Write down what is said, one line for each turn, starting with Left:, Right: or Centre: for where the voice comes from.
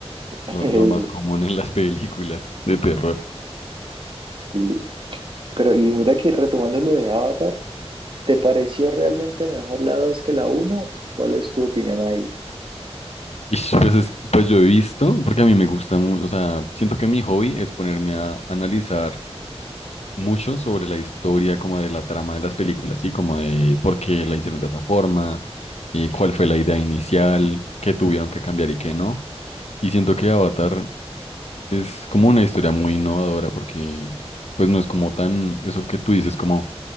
Right: <laughs>
Left: lo,
Right: Eso,
Left: lo más común en las películas de terror.
Right: sí. Pero y mira que retomando lo de Avatar, ¿te pareció realmente mejor la 2 que la uno? ¿Cuál es tu opinión ahí?
Left: Y pues, es- pues yo he visto, porque a mí me gusta mucho, o sea, siento que mi hobby es ponerme a analizar mucho sobre la historia, como de la trama de las películas, y como de por qué la hicieron de esa forma, y cuál fue la idea inicial, qué tuvieron que cambiar y qué no. Y siento que Avatar Es como una historia muy innovadora porque pues no es como tan eso que tú dices como,